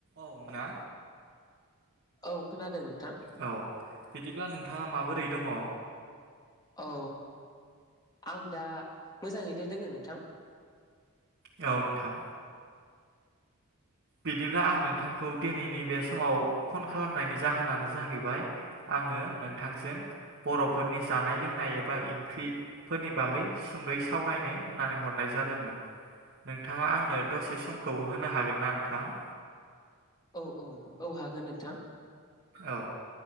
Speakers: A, on the right (about 50°); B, on the left (about 20°).
A: औना
B: औ खोनादों नोंथां <unintelligible>
A: औ बिदिब्ला नोंथांङा माबोरै दंङ?
B: औ आं दा मोजांङैनो दोंङो नोंथां।
A: नोंथां बिदिब्ला आं नोंथांखौ दिनैनि बे समाव फन खालामनायनि जाहोनानो जाहैबाय आं आंङो नोंथांजों बर'फोरनि जानाय लोंनाय एबा इंख्रिफोरनि बागै सुंद'यै सावरायनो होननानै हरनाय जादोंमोन। नोंथांङा आंनो दसे समखौ होनो हागोन ना नों थां?
B: औ औ औ हागोन नोंथां
A: औ